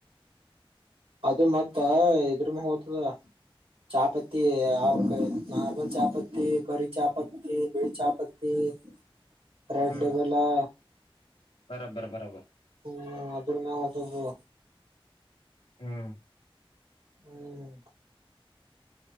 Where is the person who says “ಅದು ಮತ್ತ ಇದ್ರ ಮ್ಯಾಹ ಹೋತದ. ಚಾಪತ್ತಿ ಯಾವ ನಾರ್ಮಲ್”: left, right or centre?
Right